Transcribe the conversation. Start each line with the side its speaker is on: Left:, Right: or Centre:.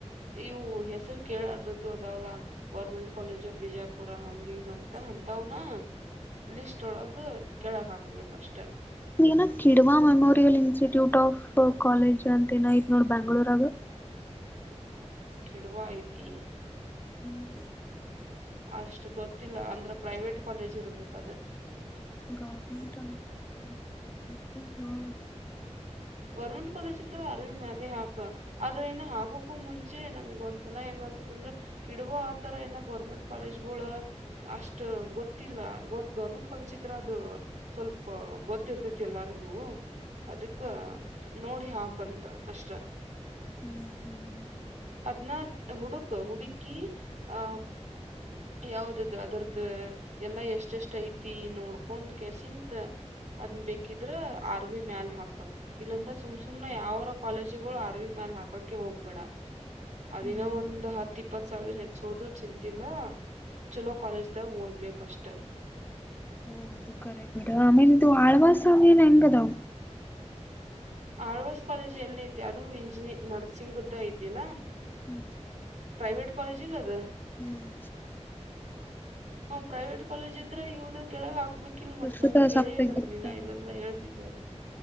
Right: ಇವು ಹೆಸರು ಕೇಳಾರ್ದದ್ದು ಅದಾವಲ್ಲಾ ಗೋರ್ಮೆಂಟ್ ಕಾಲೇಜ್ ಆಫ್ ಬಿಜಾಪುರ ಹಂಗ ಹಿಂಗ ಅಂತ ಅಂತಾವನ ಲಿಸ್ಟ ಒಳಗ ಕೆಳಗ ಹಾಕ್ಬೇಕ ಅಷ್ಟೆ
Left: ಏನ Kidwai memorial institute of college ಅಂತ ಏನಾಯತ್ ನೋಡ ಬೆಂಗಳೂರಗ
Right: ಕಿಡವಾ ಐತಿ
Left: ಹ್ಮ್
Right: ಅಷ್ಟು ಗೊತ್ತಿಲ್ಲ ಅಂದ್ರೆ ಪ್ರೈವೇಟ್ ಕಾಲೇಜ್ ಇರ್ಬೇಕದು
Left: ಗೌರ್ಮೆಂಟ್ ಅಂತತಿ ಹಾ
Right: ಗೌರ್ಮೆಂಟ್ ಕಾಲೇಜ್ ಇದ್ರೆ ಅರ್ವಿ ಮ್ಯಾಲ ಹಾಕ ಆದ್ರ ಇನ್ನ ಆಗಕೂ ಮುಂಚೆ ನಂಗ್ ಒಂದ್ಸಲ ಹೆಂಗ ಅನ್ಸ ಅಂದ್ರೆ ಕಿಡುವ ಆತರ ಎಲ್ಲಾ ಗೌರ್ಮೆಂಟ್ ಕಾಲೇಜ್ಗಳು ಅಷ್ಟ ಗೊತ್ತಿಲ್ಲ ಗೊ ಗೌರ್ಮೆಂಟ್ ಕಾಲೇಜ್ ಇದ್ರೆ ಅದು ಸ್ವಲ್ಪ ಗೊತ್ತಿರ್ತೈತಿ ಎಲ್ಲಾರಿಗೂ ಅದಕ್ಕ ನೋಡಿ ಹಾಕಂತ ಅಷ್ಟ
Left: ಹ್ಮ್ ಹ್ಮ್
Right: ಅದ್ನ ಹುಡುಕ ಹುಡುಕಿ ಹ ಯಾವ್ದ್ ಅದು ಅದರ್ದು ಎಲ್ಲಾ ಎಷ್ಟ ಎಷ್ಟ ಐತಿ ನೋಡ್ಕೊಂಡ್ ಕೆಸಿಂತ ಅದ್ ಬೇಕಿದ್ರ ಅರ್ವಿ ಮ್ಯಾಲ ಹಾಕಕ್ ಇಲ್ಲಾಂದ್ರೆ ಸುಮ್ ಸುಮ್ ಯಾವಾರ ಕಾಲೇಜಿಗಳು ಅರ್ವಿ ಮ್ಯಾಲ ಹಾಕಕ್ಕೆ ಹೋಗ್ಬೇಡ ಅದಿನ
Left: ಹ್ಮ್
Right: ಒಂದ್ ಹತ್ ಇಪ್ಪತ್ ಸಾವಿರ ಹೆಚ್ಚ ಹೋದ್ರು ಚಿಂತಿಲ್ಲ ಚಲೋ ಕಾಲೇಜ್ದಾಗ ಓದ್ಬೇಕಷ್ಟೆ
Left: ಹಓ ಅದು ಕರ ಬಿಡ ಆಮೇಲೆ ಇದು ಆಳ್ವಾಸ ಅವ ಏನ್ ಹೆಂಗದಾವ
Right: ಆಳ್ವಾಸ್ ಕಾಲೇಜ್ ಎಲ್ಲಿ ಐತಿ ಅದು ಇಂಜಿನಿಯ ನರ್ಸಿಂಗ್ ಐತಿ ಇಲ್ಲ
Left: ಹ್ಮ್
Right: ಪ್ರೈವಟ್ ಕಾಲಜ ಇಲ್ಲ ಅದು
Left: ಹ್ಮ್
Right: ನ ಪ್ರೈವೇಟ್ ಕಾಲೇಜ್ ಇದ್ರೆ ಇವ್ರು ಕೆಳಗ ಹಾಕ್ಬೇಕಿಲ್ ಮತ್
Left: ಸುಶ್ರುತ
Right: ನಂಗ ಹೇಳೇ
Left: ಸಪ್ತಗಿರಿ
Right: ಇಲ್ಲಲ್ ನೀ
Left: ಕಡೆ
Right: ಇಲ್ಲಾಂದ್ರ ಹೇಳ್ತಿದ್ದೆ ತಿ ಅದು